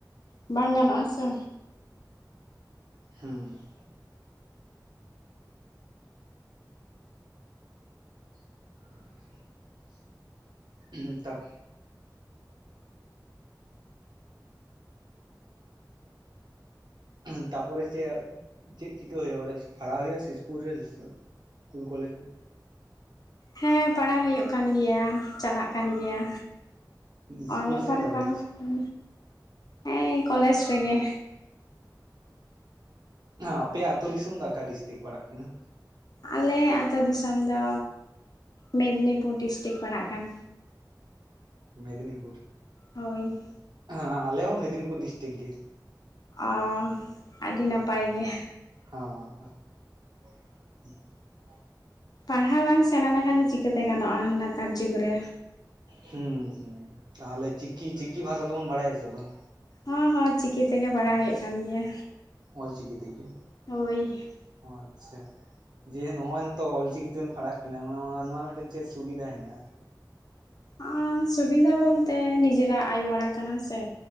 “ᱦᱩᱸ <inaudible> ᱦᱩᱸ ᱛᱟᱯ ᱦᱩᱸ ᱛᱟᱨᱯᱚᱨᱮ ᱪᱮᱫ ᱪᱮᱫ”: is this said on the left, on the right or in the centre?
Right